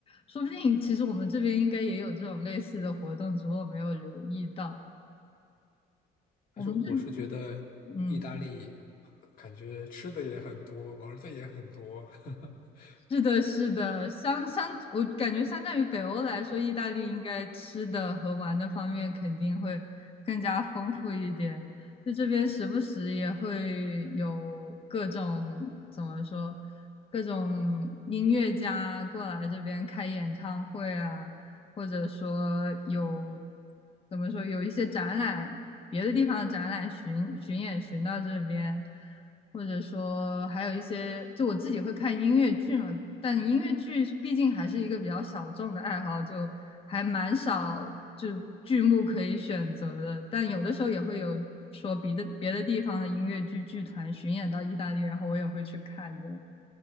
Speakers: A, on the left (about 35°); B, on the left (about 55°).
A: 说不定其实我们这边应该也有这种类似的活动，只不过我没有留意到。我们这，
B: 但是我是觉得意大利
A: 嗯。
B: 感觉吃的也很多，玩儿的也很多。<laughs>
A: 是的，是的，相相，我感觉相较于北欧来说，意大利应该吃的和玩的方面肯定会更加丰富一点。就这边时不时也会有各种怎么说，各种音乐家过来这边开演唱会啊，或者说有怎么说有一些展览，别的地方的展览巡巡演巡到这边。或者说还有一些，就我自己会看音乐剧嘛，但音乐剧毕竟还是一个比较小众的爱好，就还蛮少就剧目可以选择的。但有的时候也会有说别的别的地方的音乐剧剧团巡演到意大利，然后我也会去看的。